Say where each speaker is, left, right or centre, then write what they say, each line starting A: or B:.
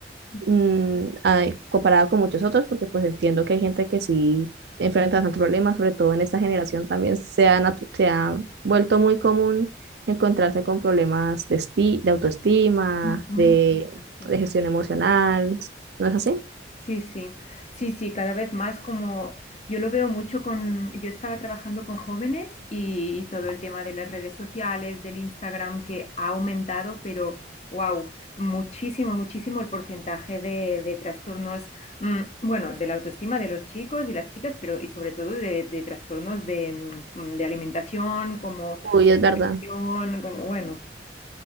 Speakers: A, on the left; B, on the right.
A: ujú,
B: mm, ah, comparado con muchos otros, porque pues entiendo que hay gente que sí enfrenta bastantes problemas, sobre todo en esta generación también se ha, natu- se ha vuelto muy común encontrarse con problemas de, esti- de autoestima,
A: ujú,
B: de,
A: Exacto.
B: de gestión emocional, ¿no es así?
A: Sí, sí, sí, sí, cada vez más como yo lo veo mucho con, yo estaba trabajando con jóvenes y, todo el tema de las redes sociales, del Instagram que ha aumentado, pero wow, muchísimo, muchísimo el porcentaje de, de trastornos, mm, bueno, de la autoestima de los chicos y las chicas, pero y sobre todo de, de trastornos de, mm, de alimentación, como
B: Uy, es verdad.
A: presión, como bueno,